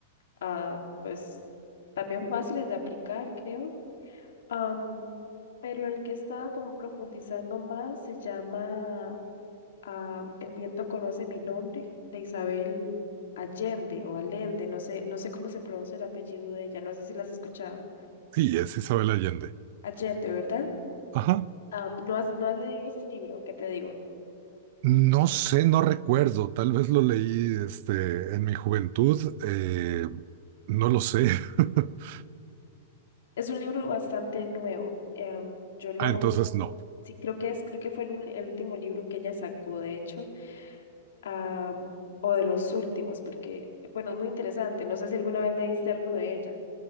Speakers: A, on the left; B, on the right.
A: ah, pues también fáciles de aplicar, creo. Am, pero el que he estado como profundizando más se llama a El viento conoce mi nombre, de Isabel Allende o Allende, no sé, no sé cómo se pronuncia el apellido de ella, no sé si la has escuchado.
B: Sí, es Isabel Allende.
A: Allende, ¿verdad?
B: Ajá.
A: Ah, ¿no has, no has leído este libro? ¿Qué te digo?
B: No sé, no recuerdo. Tal vez lo leí este, en mi juventud. eh, no lo sé. <laughs>
A: Es un libro bastante nuevo. em, yo lo,
B: Ah, entonces no.
A: sí, creo que es, creo que fue el, ul- el último libro que ella sacó, de hecho, am, o de los últimos, porque, bueno, es muy interesante. No sé si alguna vez leíste algo de ella.